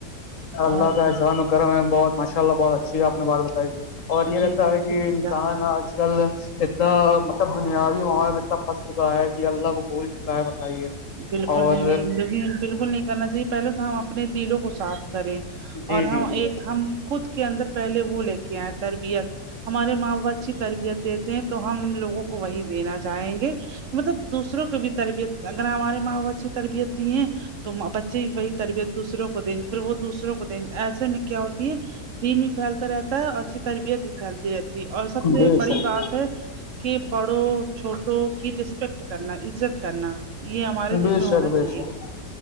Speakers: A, on the left; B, on the right.
A: اللہ
B: اور بتائیں
A: کا ش ن گرم ہے بہت ماشاء اللہ بہت اچھی ہے آپ نے بات بتائی اور یہ
B: جی
A: کہتا
B: جی
A: ہے کہ
B: شکریہ
A: انسان آج کل اتنا مطلب دنیاوی ماول اتنا پنس چکا ہے کہ اللہ کو بول چکا ہے بتائیے
B: بالکل
A: اور
B: نہیں نہیں لیک بالکل نہیں کرنا چاہیے پہلے تو ہم اپنے دلوں کو صاف کریں
A: جی
B: اور ہم
A: جی جی
B: ایک ہم خود کے اندر پہلے وہ لے کے آئے تربیت ہمارے ماں بچی تربیت دیتے ہیں تو ہم لوگوں کو وہی دینا چاہیں گے مطلب دوسروں کو بھی تربیت اگر ہمارے ماں بچی تربیعت دی ہیں تو بچے بھی وہی تربیت دوسروں کو دیں پھر وہ دوسروں کو دیں گے ایسے میں کیا ہوتی ہے دین بھی پھیلتا رہتا ہے اور اچھی تربیت بھی پھیلتی رہتی جی اور سب سے
A: بے
B: بڑی
A: شک
B: بات ہے کہ بڑوں چھوٹوں کی رسپیکٹ کرنا عزت کرنا یہ ہمارے
A: بے
B: دل میں ہونا
A: شک بے
B: چاہیے
A: شک